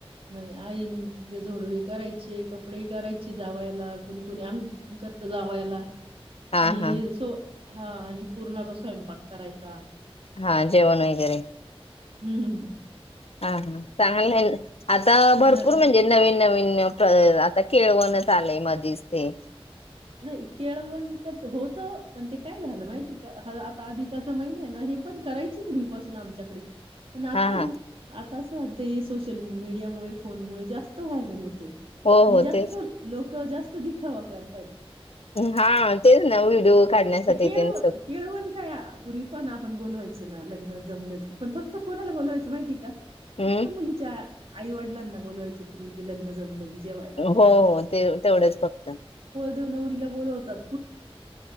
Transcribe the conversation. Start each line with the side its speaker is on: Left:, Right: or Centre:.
Right: नाही आईने जे झोडवे करायचे कपडेही करायचे जावायला कुणी कोुणी अंगठी पण करत जावयला
Left: हा
Right: आणि
Left: हा
Right: सो हा आणि पूर्णाचा स्वयंपाक करायचा.
Left: हा जेवण वगैरे
Right: हम्म
Left: हा हा चांगलं आता भरपूर
Right: अनारसे
Left: म्हणजे नवीन नवीन आता खळवण चालेय मधच ते
Right: नाही केळवण तर होत पण ते काय झालं माहिती का आता अधिकाचा महिना आहे ना हे पण करायची पूर्वीपासून आमच्याकडे पण आताय
Left: हा हा
Right: ना आता असं वाटत हे सोशल मीडिया मु फोनमुळे जास्त व्हायरल होत
Left: हो
Right: आणि
Left: हो
Right: जास्त
Left: तेच
Right: लोक जास्त दिखावा करताय
Left: हा तेच ना व्हिडिओ काढण्यासाठी
Right: केळव
Left: ते स
Right: केळवण काय पूर्वी पण आपण बोलवायचं ना लग्न जमलं की पण फक्त कोणाला बोलावायच माहिती का
Left: हम्म
Right: फक्त मुलीच्या आई वडलांना बोलवायचे पूर्वी ते लग्न जमलं की जेवायला.
Left: हो हो ते तेवढेच फक्त
Right: देवनवरीला बोलत होतात